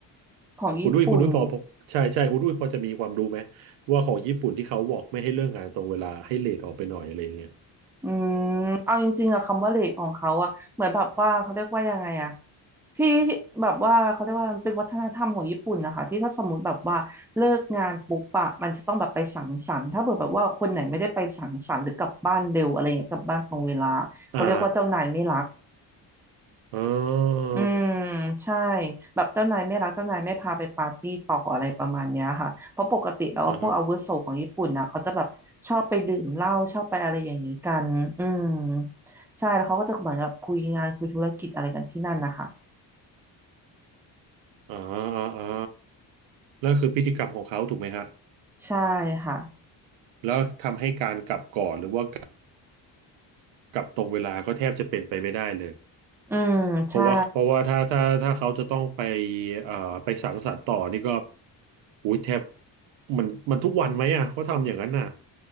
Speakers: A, in the centre; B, on the right (about 80°).
A: ของญี่ปุ่น
B: คุณด้วยคุณด้วยพอพอใช่ใช่คุณด้วยพอจะมีความรู้ไหมว่าของญี่ปุ่นที่เขาบอกไม่ให้เลิกงานตรงเวลาให้เลทออกไปหน่อยอะไรอย่างเงี้ย
A: อืมเอาจริงๆอะคำว่าเลทของเขาอะเหมือนแบบว่าเขาเรียกว่ายังไงอะที่แบบว่าเขาเรียกว่ามันเป็นวัฒนธรรมของญี่ปุ่นนะคะ ที่ถ้าสมมติแบบว่าเลิกงานปุ๊บอะมันจะต้องแบบไปสังสรรค์ถ้าเผื่อแบบว่าคนไหนไม่ได้ไปสังสรรค์หรือกลับบ้านเร็วอะไรอย่างเงี้ยกลับบ้านตรงเวลา เขาเรียกว่าเจ้านายไม่รัก
B: อ่าอ่า
A: อืมใช่แบบเจ้านายไม่รักเจ้านายไม่พาไปปาร์ตี้ต่ออะไรประมาณเนี้ยค่ะเพราะปกติแล้วพวกอาวุโสของญี่ปุ่นนะเขาจะแบบชอบไปดื่มเหล้าชอบไปอะไรอย่างนี้กันอืม
B: อ่าฮะ
A: ใช่แล้วเขาก็จะเหมือนกับคุยงานคุยธุรกิจอะไรกันที่นั่นนะคะ
B: อ่าอ่าอ่าแล้วคือพฤติกรรมของเขาถูกไหมฮะ
A: ใช่ค่ะ
B: แล้วทำให้การกลับก่อนหรือว่า กับตรงเวลาก็แทบจะเป็นไปไม่ได้เลย
A: อืมใช่
B: เพราะว่าเพราะว่าถ้าถ้าถ้าเขาจะต้องไปเอ่อไปสังสรรค์ต่อนี่ก็อุ้ยแทบมันมันทุกวันไหมอ่ะเขาทำอย่างนั้นน่ะ